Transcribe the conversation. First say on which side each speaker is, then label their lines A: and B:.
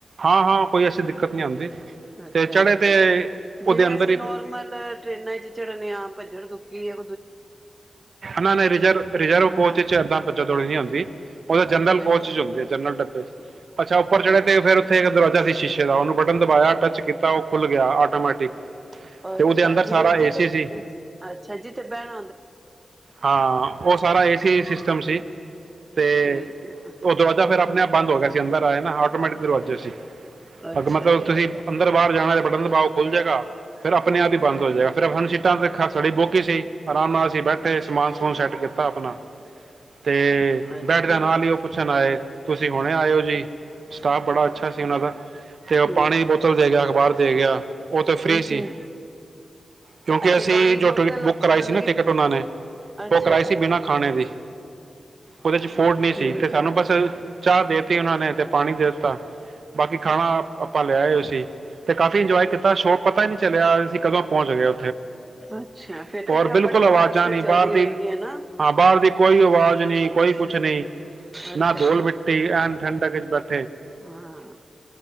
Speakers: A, on the right; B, on the right.
A: ਹਾਂ ਹਾਂ ਕੋਈ ਐਸੀ ਦਿੱਕਤ ਨਹੀਂ ਆਉਂਦੀ
B: ਅੱਛਾ
A: ਤੇ ਚੜੇ ਤੇ ਉਹਦੇ
B: ਜਿਵੇਂ
A: ਅੰਦਰ
B: ਅਸੀਂ
A: ਹੀ
B: ਨੋਰਮਲ ਟਰੇਨਾਂ ਚ ਚੜਨੇ ਆ ਭੱਜੜ ਦੁੱਕੀ ਆ
A: ਨਾ ਨਹੀਂ ਰਿਜਰਵ ਰਿਜਰਵ
B: ਹਨਾ
A: ਕੋਚ ਚ ਏਦਾ ਭਜੋ ਦੌੜੀ ਨੀ ਹੁੰਦੀ ਉਹਦੇ ਜਨਰਲ
B: ਅੱਛਾ
A: ਕੋਚ
B: ਜੀ,
A: ਚ ਹੁੰਦੀ ਜਨਰਲ ਡੱਬੇ ਚ ਅੱਛਾ ਉੱਪਰ
B: ਹਾਂਜੀ।
A: ਚੜੇ ਤੇ ਫਿਰ ਉਥੇ ਇੱਕ ਦਰਵਾਜ਼ਾ ਸੀ ਸ਼ੀਸ਼ੇ ਦਾ ਉਹਨੂੰ ਬਟਨ ਦਬਾਇਆ ਟੱਚ ਕੀਤਾ ਉਹ ਖੁੱਲ ਗਿਆ ਆਟੋਮੈਟਿਕ ਤੇ
B: ਅੱਛਾ
A: ਉਹਦੇ ਅੰਦਰ ਸਾਰਾ
B: ਜਿਵੇਂ ਜਿੱਥੇ
A: ਏਸੀ ਸੀ ਸੀ,
B: ਅੱਛਾ ਜਿੱਥੇ ਬਹਿਣ
A: ਹਾਂ ਉਹ ਸਾਰਾ
B: ਅੱਛਾ
A: ਏ ਸੀ ਸਿਸਟਮ ਸੀ ਤੇ
B: ਠੀਕ ਹੈ।
A: ਉਹ ਤੋਂ ਦਰਵਾਜਾ ਫਿਰ ਆਪਣੇ ਆਪ ਬੰਦ ਹੋ ਗਿਆ ਸੀ ਅੰਦਰ ਆਏ ਨਾ ਆਟੋਮੈਟਿਕ ਦਰਵਾਜੇ ਸੀ
B: ਅੱਛਾ
A: ਅ ਮਤਲਬ
B: ਜੀ
A: ਤੁਸੀਂ ਅੰਦਰ ਬਾਹਰ ਜਾਣਾ ਬਟਨ ਦਬਾਓ ਖੁੱਲ ਜਾਏਗਾ ਫਿਰ ਆਪਣੇ
B: ਹੂੰ
A: ਆਪ ਹੀ ਬੰਦ ਹੋ ਜਾਏਗਾ ਫਿਰ ਆਪ ਸੀਟਾ ਤਾਂ ਸਾਡੀਆ ਬੁੱਕ ਹੀ ਸੀ ਆਰਾਮ ਨਾਲ ਅਸੀਂ ਬੈਠੇ ਸਮਾਨ ਸਮਨ ਸੈੱਟ ਕੀਤਾ ਆਪਣਾ ਤੇ
B: ਅੱਛਾ
A: ਬੈਠਦਿਆਂ ਨਾਲ ਹੀ ਉਹ ਪੁੱਛਣ ਆਏ ਤੁਸੀਂ ਹੁਣੇ ਆਇਓ ਜੀ ਸਟਾਫ ਬੜਾ ਅੱਛਾ ਸੀ ਉਹਨਾਂ ਦਾ ਤੇ ਉਹ
B: ਹੂੰ
A: ਪਾਣੀ ਬੋਤਲ ਦੇ ਗਿਆ ਅਖ਼ਬਾਰ ਦੇ ਗਿਆ। ਉਹ ਤਾਂ ਫ੍ਰੀ
B: ਹੂੰ
A: ਸੀ,
B: ਹੂੰ
A: ਕਿਉਂਕਿ
B: ਅੱਛਾ
A: ਅਸੀਂ
B: ਪਾਣੀ
A: ਜੋ
B: ਬੋਤਲ
A: ਟਿਕਟ ਬੁੱਕ ਰਾਈਸੀ
B: ਮਤਲਬ
A: ਨਾ ਟਿਕਟ
B: ਕਿ
A: ੳਹਨਾਂ ਨੇ,
B: ਅੱਛਾ
A: ਉਹ ਕਰਾਇਸੀ
B: ਜੀ
A: ਬਿਨਾ ਖਾ ਖਾਣੇ ਦੀ। ਉਹਦੇ ਚ ਫੋਟ ਨਹੀਂ ਸੀ,
B: ਠੀਕ
A: ਤੇ ਸਾਨੂੰ
B: ਹੈ
A: ਬਸ ਚਾਹ ਦੇਤੀ ਉਹਨਾਂ ਨੇ, ਤੇ ਪਾਣੀ ਦੇ ਬਾਕੀ ਖਾਣਾ ਆਪਾਂ ਲਿਆਏ ਹੋਏ ਸੀ। ਤੇ ਕਾਫ਼ੀ ਇੰਜੋਏ ਕੀਤਾ ਸ਼ੋਅ ਪਤਾ ਹੀ ਨਹੀਂ ਚਲਿਆ, ਅਸ ਕਦੋਂ ਪਹੁੰਚ ਗਿਆ?
B: ਅੱਛਾ ਫੇਰ ਤੇ
A: ਹੋਰ, ਬਿਲਕੁਲ
B: ਬੜੀ
A: ਆਵਾਜ਼ਾਂ
B: ਫਾਸਟ
A: ਨਹੀਂ,
B: ਚੱਲਦੀ
A: ਬਾਹਰ ਦੀ
B: ਹੋਏਗੀ ਹਨਾ
A: ਹਾਂ ਬਾਹਰ ਦੀ ਕੋਈ, ਆਵਾਜ਼ ਨਹੀਂ, ਕੋਈ ਕੁਛ ਨਹੀਂ,
B: ਅੱਛਾ
A: ਨਾ ਧੁਲ
B: ਜੀ
A: ਮਿੱਟੀ ਆ ਠੰਢਕ ਵਿੱਚ ਬੱਚ
B: ਹਾਂ